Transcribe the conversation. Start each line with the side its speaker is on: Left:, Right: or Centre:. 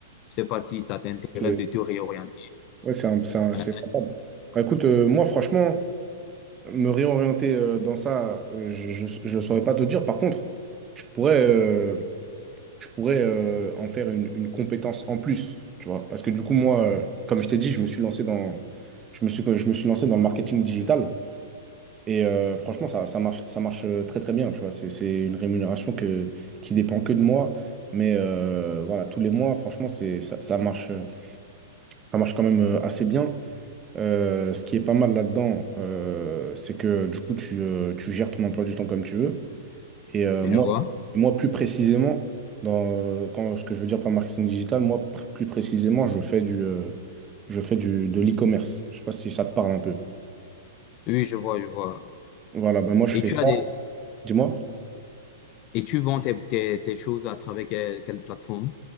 Left: je sais pas si ça t'intéresse
Right: C'est-
Left: de te réorienter.
Right: Ouais, c'est un- c'est un-
Left: Hein,
Right: c'est
Left: hein,
Right: rentable. Bah, écoute, euh, moi, franchement, me réorienter euh, dans ça, euh, je ne saurais pas te dire. Par contre, je pourrais, euh, je pourrais euh, en faire une, une compétence en plus, tu vois. Parce que du coup, moi, euh, comme je t'ai dit, je me suis lancé dans, je me suis, je me suis lancé dans le marketing digital. Et euh, franchement, ça, ça marche, ça marche euh, très très bien, tu vois. C'est, c'est une rémunération que, qui dépend que de moi. Mais euh, voilà, tous les mois, franchement, c'est, ça, ça marche, euh, ça marche quand même euh, assez bien. Euh, ce qui est pas mal là-dedans, euh, c'est que du coup, tu, euh, tu gères ton emploi du temps comme tu veux. Et euh,
Left: je
Right: moi,
Left: vois.
Right: moi, plus précisément, dans, euh, quand, ce que je veux dire par marketing digital, moi, pr- plus précisément, je fais du, euh, je fais du, de l'e-commerce. Je sais pas si ça te parle un peu.
Left: Oui, je vois, je vois.
Right: Voilà, ben moi, je
Left: Et
Right: fais
Left: tu
Right: ça.
Left: as des,
Right: Dis-moi.
Left: et tu vends tes, tes, tes choses à travers quelle, quelle plateforme?